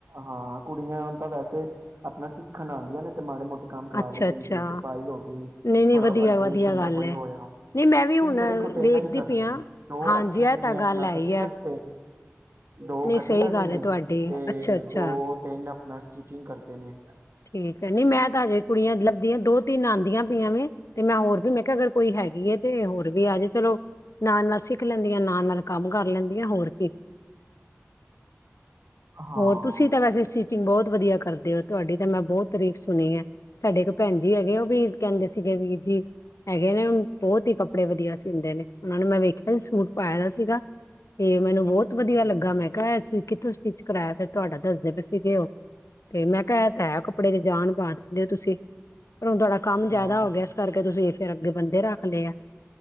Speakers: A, on the right (about 60°); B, on the left (about 80°).
A: ਹਾਂ ਕੁੜੀਆਂ ਵੈਸੇ ਆਪਣਾ ਸਿੱਖਣ ਆਦੀਆਂ ਨੇ ਤੇ ਮਾੜੇ ਮੋਟੇ ਕੰਮ ਕਰਾ
B: ਅੱਛਾ-ਅੱਛਾ
A: ਲਦੇ ਨੇ ਜਿਵੇਂ ਤਰਪਾਈ ਹੋ ਗਈ
B: ਨਹੀਂ-ਨਹੀਂ
A: ਥੋੜਾ
B: ਵਧੀਆ-ਵਧੀਆ
A: ਅਲਟਰੇਸ਼ਨ
B: ਗੱਲ
A: ਦਾ ਕੋਈ
B: ਹੈ
A: ਹੋਇਆ
B: ਨਹੀਂ ਮੈਂ
A: ਸਟਿਚਿੰਗ
B: ਵੀ ਹੁਣ
A: ਤੇ ਵੇਖੋ ਟੇਲਰ
B: ਵੇਖਦੀ
A: ਹੀ ਕਰਦੇ
B: ਪਈ ਹਾਂ।
A: ਨੇ ਦੋ
B: ਹਾਂਜੀ
A: ਰੱਖੇ
B: ਇਹ ਤਾਂ
A: ਨੇ
B: ਗੱਲ
A: ਆਪਣਾ
B: ਹੈ ਹੀ
A: ਕਟਿੰਗ
B: ਹੈ
A: ਵਾਸਤੇ ਦੋ
B: ਨਹੀਂ
A: ਕਟਿੰਗ
B: ਸਹੀ ਗੱਲ
A: ਲੈਣੀ
B: ਹੈ ਤੁਹਾਡੀ
A: ਤੇ
B: ਅੱਛਾ-ਅੱਛਾ
A: ਦੋ ਤਿੰਨ ਆਪਣਾ ਸਟਿਚਿੰਗ ਕਰਦੇ ਨੇ
B: ਠੀਕ ਹੈ ਨੀ ਮੈਂ ਤਾਂ ਹਜੇ ਕੁੜੀਆਂ ਲੱਭਦੀਆਂ ਦੋ ਤਿੰਨ ਆਦੀਆਂ ਪਈਆਂ ਵੇ ਤੇ ਮੈਂ ਹੋਰ ਵੀ ਮੈਂ ਕਿਹਾ ਅਗਰ ਕੋਈ ਹੈਗੀ ਹੈ ਤੇ ਹੋਰ ਵੀ ਆ ਆਜੇ ਚਲੋ ਨਾਲ-ਨਾਲ ਸਿਖ ਲ ਦੀਆਂ ਨਾਲ-ਨਾਲ ਕੰਮ ਕਰ ਲੈਂਦੀਆਂ ਹੋਰ ਕੀ
A: ਹਾਂ
B: ਹੋਰ ਤੁਸੀਂ ਤਾਂ ਵੈਸੇ ਸਚਿੰਗ ਬਹੁਤ ਵਧੀਆ ਕਰਦੇ ਉਹ ਤੁਹਾਡੀ ਤਾਂ ਮੈਂ ਬਹੁਤ ਤਾਰੀਫ ਸੁਣੀ ਹੈ ਸਾਡੇ ਇੱਕ ਭੈਣ ਜੀ ਹੈਗੇ ਉਹ ਵੀ ਕਹਿੰਦੇ ਸੀਗੇ ਵੀਰ ਜੀ ਹੈਗੇ ਨੇ ਬਹੁਤ ਹੀ ਕੱਪੜੇ ਵਧੀਆ ਸੀਂਦੇ ਨੇ ਉਹਨਾਂ ਨੇ ਮੈਂ ਵੇਖਿਆ ਸੂਟ ਪਾਇਆ ਦਾ ਸੀਗਾ ਤੇ ਮੈਨੂੰ ਬਹੁਤ ਵਧੀਆ
A: ਹੂੰ,
B: ਲੱਗ ਤੁਸੀਂ ਕਿੱਥੋਂ ਸਟਿਚ ਕਰਵਾਇਆ ਫ ਤੁਹਾਡਾ ਦੱਸਦੇ ਪੁ ਸੀਗੇ ਹੋ ਤੇ ਮੈਂ ਕਿਹਾ ਤਾਂ ਕੱਪੜੇ ਦੇ ਜਾਨ ਪਾ ਦਿੰਦੇ ਹੋ ਤੁਸੀਂ ਪਰ ਹੁਣ ਤੁਹਾਡਾ ਕੰਮ ਜ਼ਿਆਦਾ
A: ਹਾਂ,
B: ਹੋ ਗਿਆ ਇਸ ਕਰਕੇ ਤੁਸੀਂ ਫਿਰ ਅੱਗੇ ਬੰਦੇ ਰੱਖ ਲਏ ਆ।